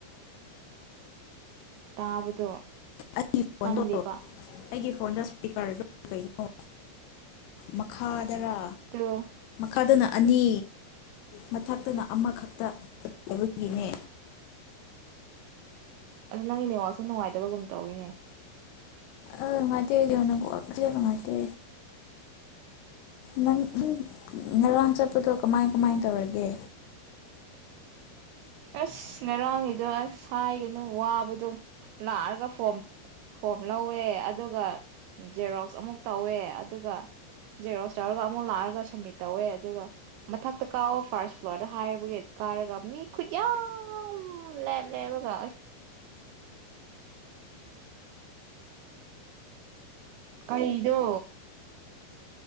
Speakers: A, on the right; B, on the left.
A: ꯇꯥꯕꯗꯣ
B: ꯑꯩꯒꯤ ꯐꯣꯟꯗꯣ
A: ꯀꯟꯗꯦꯕ
B: ꯑꯩꯒꯤ ꯐꯣꯟꯗ ꯏꯁꯄꯤꯀꯔ ꯀꯩꯅꯣ ꯃꯈꯥꯗꯔ
A: ꯇꯣ
B: ꯀꯥꯗꯅ ꯑꯅꯤ ꯃꯊꯛꯇꯅ ꯑꯃꯈꯛꯇ ꯂꯩꯕꯒꯤꯅꯦ
A: ꯑꯗ ꯅꯪꯒꯤ ꯅꯦꯠꯋꯛꯥꯛꯁꯤ ꯅꯨꯡꯉꯥꯏꯇꯕꯒꯨꯝ ꯇꯧꯏꯅꯦ
B: ꯑꯥ ꯅꯨꯡꯉꯥꯏꯇꯦ ꯌꯝꯅ ꯀꯣꯛ ꯑꯁꯦ ꯅꯨꯡꯉꯥꯏꯇꯦ ꯅꯪ ꯉꯔꯥꯡ ꯆꯠꯄꯗꯣ ꯀꯃꯥꯏ ꯀꯃꯥꯏ ꯇꯧꯔꯒꯦ
A: ꯑꯁ ꯉꯔꯥꯡꯒꯤꯗꯣ ꯑꯁ ꯍꯥꯏꯒꯅꯨ ꯋꯥꯕꯗꯣ ꯂꯥꯛꯑꯒ ꯐꯣꯝ ꯐꯣꯝ ꯂꯧꯋꯦ ꯑꯗꯨꯒ ꯖꯦꯔꯣꯛꯁ ꯑꯃꯨꯛ ꯇꯧꯋꯦ ꯑꯗꯨꯒ ꯖꯦꯔꯣꯛꯁ ꯇꯧꯔꯒ ꯑꯃꯨꯛ ꯂꯥꯛꯑꯒ ꯁꯝꯃꯤꯠ ꯇꯧꯋꯦ ꯑꯗꯨꯒ ꯃꯊꯛꯇ ꯀꯥꯋ ꯐꯥꯔꯁ ꯐ꯭ꯂꯣꯔꯗ ꯍꯥꯏꯕꯒꯤ ꯀꯥꯔꯒ ꯃꯤ ꯈꯨꯠꯌꯥꯝ ꯂꯦꯞ ꯂꯦꯞꯂꯒ ꯀꯩꯗꯣ